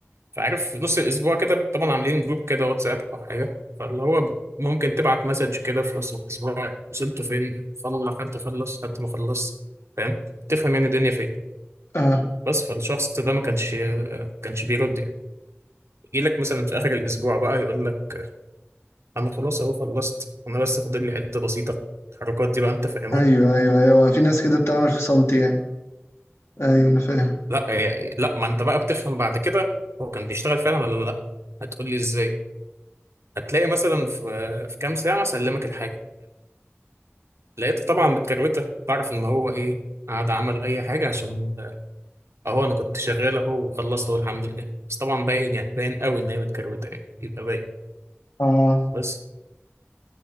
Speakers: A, on the right; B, on the left.
A: فعارف في نص الاسبوع كده طبعا عاملين جروب كده واتساب او حاجه فاللي هو ممكن تبعت مسج كده في نص الاسبوع وصلتوا فين فل حد خلص حد ما خلص فاهم تفهم يعني الدنيا فين
B: اه
A: بس فالشخص ده ما كانش كانش بيرد يعني يجي لك مثلا في اخر الاسبوع بقى يقول لك انا خلاص اهو خلصت انا بس فاضل لي حته بسيطه الحركات دي بقى انت فاهمها
B: ايوه ايوه ايوه في ناس كده بتعمل في صمت يعني ايوه انا فاهم
A: لا يعني لا ما انت بقى بتفهم بعد كده هو كان بيشتغل فعلا ولا لا هتقول لي ازاي هتلاقي مثلا في في كام ساعه سلمك الحاجه لقيته طبعا متكروته بعرف ان هو ايه قعد عمل اي حاجه عشان اهو انا كنت شغال اهو وخلصت اهو الحمد لله بس طبعا باين يعني باين قوي ان هي متكروته يعني يبقى باين
B: اه
A: بس